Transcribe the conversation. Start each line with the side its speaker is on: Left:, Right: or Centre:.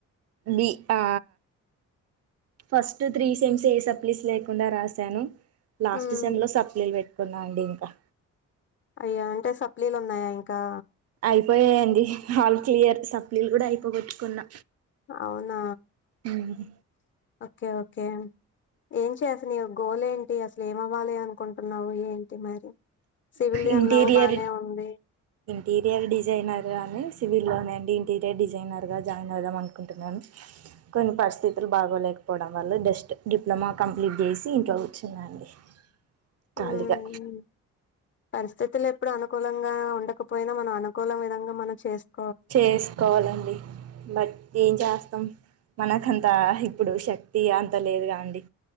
Right: లీ ఆ ఫస్ట్ త్రీ సైమ్స్ ఏ సప్లిస్ లేకుండా రాసాను లాస్ట్
Left: ఉమ్
Right: సెమ్ లో సప్లీలు పెట్టుకున్నా అండి ఇంకా
Left: అయ్యా అంటే సప్లీలు ఉన్నాయా ఇంకా
Right: అయిపోయాయండి ఆల్ క్లియర్ సప్లీలు కూడా అయిపోగొట్టుకున్నా
Left: అవునా
Right: ఉమ్
Left: ఓకే ఓకే ఏంటి అసలు నీ గోల్ంటి అసలు ఏమి అవ్వాలి అనుకుంటున్నావు ఏంటి మరి సివిల్
Right: ఇంటీరియర్
Left: అన్నావు బానే ఉంది
Right: ఇంటీరియర్ డిజైనర్ గాని సివిల్లోనేండి ఇంటీరియర్ డిజైనర్గా జాయిన్ అవదాం అనుకుంటున్నాను కొన్ని పరిస్థితులు బాగోలేక డిప్లొమా కంప్లీట్ చేసి ఇంట్లో కూర్చున్న అండి
Left: <inaudible>
Right: కాలిపా
Left: ఉమ్ పరిస్థితులు ఎప్పుడు అనుకూలంగా ఉండకపోయినా మన అనుకూల విధంగా మనం చేస్త
Right: చేసుకోవాలండి బట్ ఏం చేస్త మనకంత ఇప్పుడు శక్తి అంత లేదుగా అండి